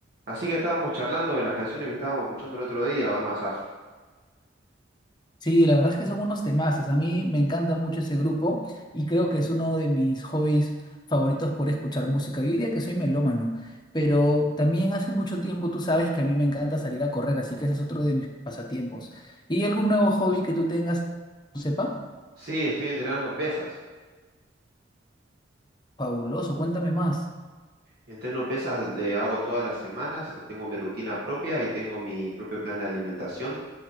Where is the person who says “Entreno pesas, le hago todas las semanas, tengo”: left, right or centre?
Right